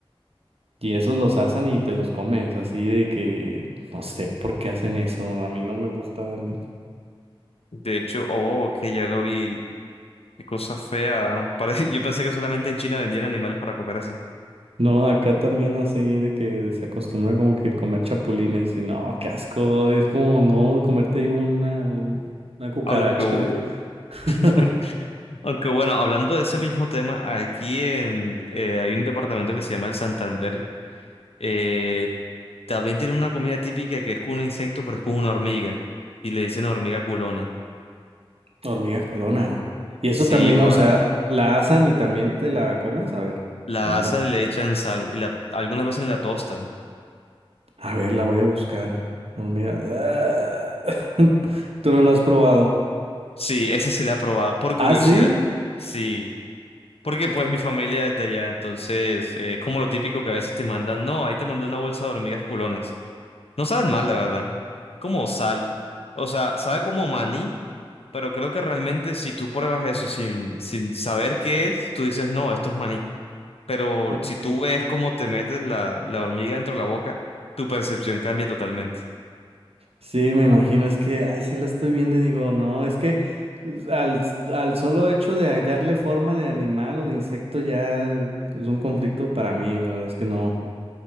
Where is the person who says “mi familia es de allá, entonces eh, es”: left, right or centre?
Left